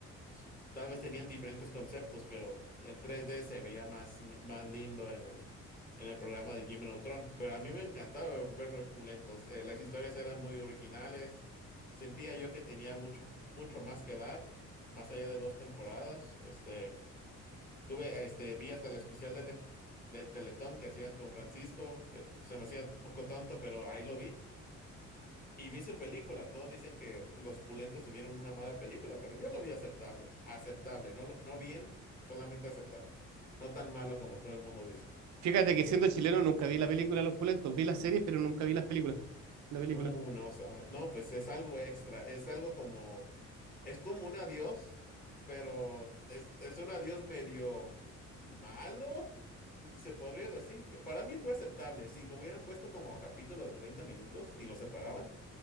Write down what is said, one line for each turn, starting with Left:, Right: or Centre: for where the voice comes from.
Left: So- tal vez tenían diferentes conceptos, pero el 3D se veía más, ni- más lindo en el, en el programa de Jimmy Neutron. Pero a mí me encantaba ver los pulentos. eh, las historias eran muy originales. Sentía yo que tenía mucho, mucho más que dar, más allá de dos temporadas. Este, tuve, este, vi hasta el especial de, del Teletón que hacían con Francisco. eh, se me hacía un poco tonto, pero ahí lo vi. Y vi su película, todos dicen que los pulentos tuvieron una mala película, pero yo lo vi aceptable, aceptable, no, lo- no bien, solamente aceptable, no tan malo como todo el mundo dice.
Right: Fíjate que siendo chileno nunca vi la película Los Pulentos, vi las series, pero nunca vi las películas, la película.
Left: Uh, no, sabe- no, pues es algo extra, es algo como, es como un adiós, pero es, es un adiós medio malo, se podría decir. Yo- Para mí fue aceptable, si lo hubieran puesto como capítulo de 30 minutos y lo separaban